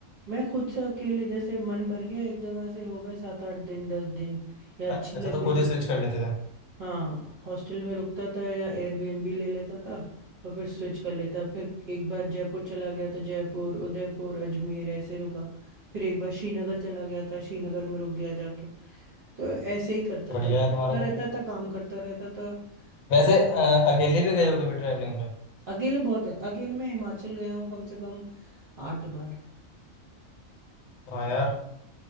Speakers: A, on the right; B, on the left.
A: मैं खुद से अकेले जैसे मन भर गया एक जगह से हो गए सात आठ दिन दस दिन या
B: अच्छा
A: अच्छी लग
B: तो
A: गई
B: खुद ही स्विच कर लेते थे
A: हाँ हॉस्टल में रुकता था या एयरबीएनबी ले लेता था और फिर स्विच कर लेता फिर एक बार जयपुर चला गया तो जयपुर उदयपुर अजमेर ऐसे रुका फिर एक बार श्रीनगर चला गया था श्रीनगर में रुक गया जाके तो ऐसे ही करता
B: बढ़िया
A: था करता
B: है तुम्हारा
A: रहता
B: तो
A: था काम करता रहता था
B: वैसे
A: तो
B: अ, अकेले भी गए हो कभी ट्रैवलिंग पे
A: अकेले बहुत जाता अकेले मैं हिमाचल गया हूँ कम से कम आठ बार
B: हाँ यार